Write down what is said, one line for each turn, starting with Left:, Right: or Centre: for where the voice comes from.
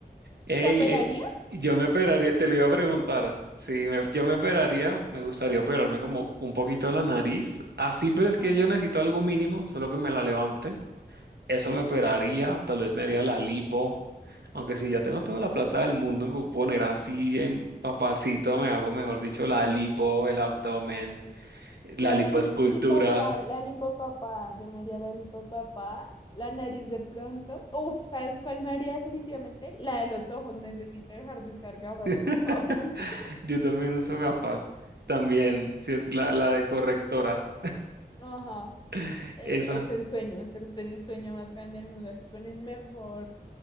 Right: Ey,
Left: ¿Te operarías?
Right: eh, yo me operaría, te lo iba a preguntar. Si me- yo me operaría, me gustaría operarme como un poquito la nariz. Así, pero es
Left: Ajá.
Right: que yo necesito algo mínimo, solo que me la levante. Eso me operaría, tal vez me haría la lipo. Aunque si ya tengo toda la plata del mundo, me voy a poner así bien papacito, me hago, mejor dicho, la lipo, el abdomen, la
Left: Yo
Right: lipoescultura.
Left: me quitaría la lipopapá, yo me haría la lipopapá, la nariz de pronto. Uf, ¿sabes cuál me haría definitivamente? La de los ojos, necesito dejar de usar gafas,
Right: <laughs>
Left: por favor. <laughs>
Right: Yo también uso gafas. También, sí, la, la de correctora.
Left: Ajá,
Right: <laughs>
Left: e-
Right: Esa.
Left: es, el sueño, ese es el sueño más grande del mundo, así con el mejor,